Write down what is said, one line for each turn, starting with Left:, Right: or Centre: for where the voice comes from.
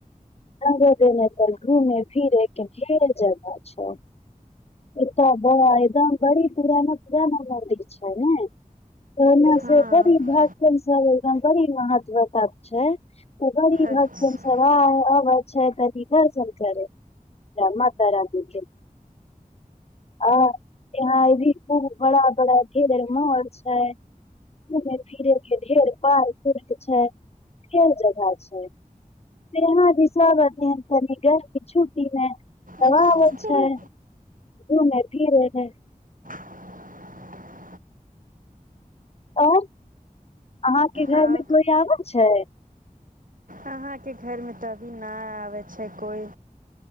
Left: रंगो देने तऽ घूमे फिरे के ढ़ेर जगह छै एतऽ बा एकदम बड़ी पुराना पुराना मंदिर छै ने त एने
Right: हाँ
Left: सब बड़ी भक्तन सब बड़ी महत्वता छै त बरी
Right: अच्छा
Left: भक्तन सब आइ अवै छै अथि दर्शन करे ला मातारानी के ह यहाँ भी खूब बड़ा बड़ा ढेरे मॉल छै घूमे फिरेके ढेर पार्क उर्क छै ढेर जगह छै यहां जे सब एथिन तनीक के छुट्टी मे तब
Right: ई कथी
Left: आबै
Right: करी
Left: छै घूमे फिरे के
Right: <unintelligible>
Left: आओर अहाँके घर
Right: हाँ
Left: मे कोई आबै छै
Right: अहाँके घरमे तऽ अभी नहि आबै छै कोइ